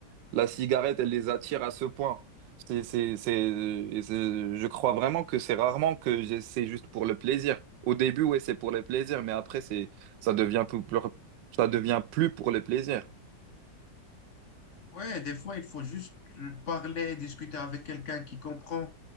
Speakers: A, on the right; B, on the left.
A: la cigarette, elle les attire à ce point. C'est, c'est, c'est, et c'est- je crois vraiment que c'est rarement que j'ai- c'est juste pour le plaisir. Au début, ouais, c'est pour le plaisir, mais après, c'est, ça devient plus, plus- ça devient plus pour le plaisir.
B: Ouais, des fois, il faut juste euh, parler, discuter avec quelqu'un qui comprend.